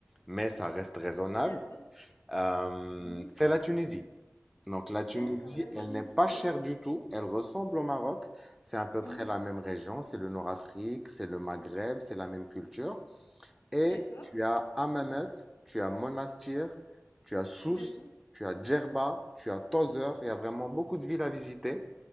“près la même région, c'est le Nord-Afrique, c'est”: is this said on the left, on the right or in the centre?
Centre